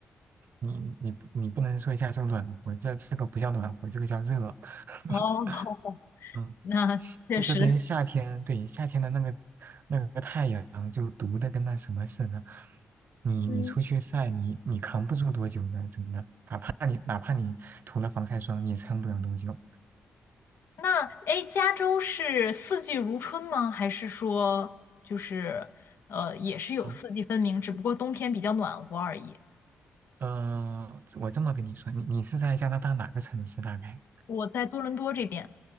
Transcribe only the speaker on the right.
你，你不你不能说加州暖和，这这个不叫暖和，这个叫热。<laughs>
嗯
就这边夏天，对，夏天的那个那个太阳就毒的跟那什么似的，你你出去晒，
你你扛不住多久的，真的，哪怕你哪怕你涂了防晒霜，你也撑不了多久。
嗯
呃，我这么跟你说，你你是在加拿大哪个城市大概？